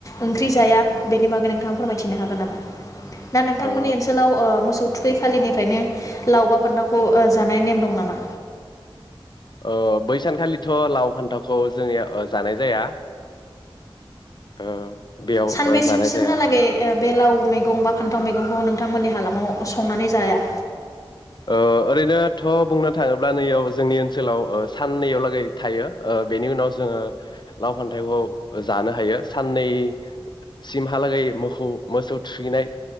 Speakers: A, on the left; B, on the left.
A: ओंख्रि जाया बेनि बागै नोंथां फोरमायथिनो हागोन नामा? ना नोंथांमोननि
B: ओ
A: ओनसोलाव ओ मोसौ थुखै खालिनिफ्रायनो लावबा फान्थावखौ जानाय नेम दं नामा
B: ओ बै सानखालिथ' लाव फान्थावखौ जोंनिया जानाय जाया ओ बेयाव
A: सानबैसिम
B: ओ जानाय
A: सिम
B: जाया
A: हालागै ओ बे लाव मैगं बा फान्थाव मैगंखौ नोंथांमोननि हालामाव संनानै जाया
B: औ ओरैनोथ' बुंनो थाङोब्ला नैयाव जोंनि ओनसोलाव साननैयाव लागै थायो बेनि उनाव जोङो लाव फान्थाइखौ जानो हायो साननै सिमहालागै मोसौ -मोसौ थुखैनाय